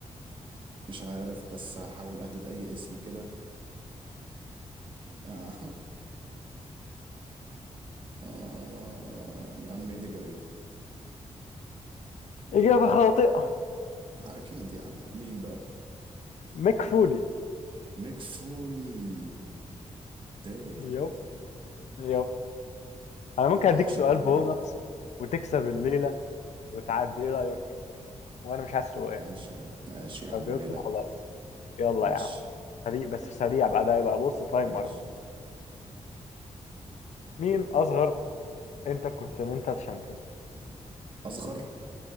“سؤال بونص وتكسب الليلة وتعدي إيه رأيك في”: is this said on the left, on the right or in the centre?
Left